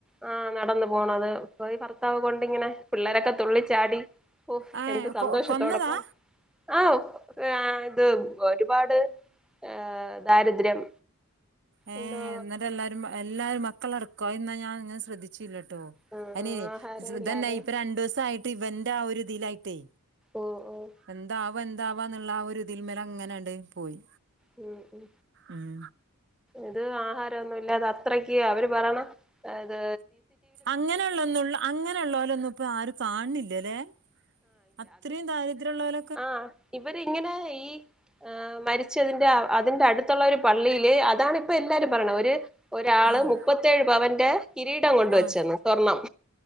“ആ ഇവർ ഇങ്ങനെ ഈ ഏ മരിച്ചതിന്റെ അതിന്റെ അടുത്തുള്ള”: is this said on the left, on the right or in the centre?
Centre